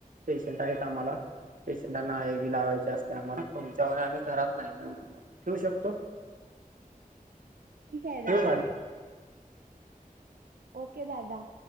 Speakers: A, on the right; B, on the right.
A: पेसेंट आहे आम्हाला. पेशंटांना हेवी लावायचं. जास्त आम्हा
B: बर
A: तुमच्या वाणी आम्ही घरात नाही त्या ठेवू शकतो.
B: ठीक आहे
A: ठेवू
B: दादा
A: काय
B: ओके दादा.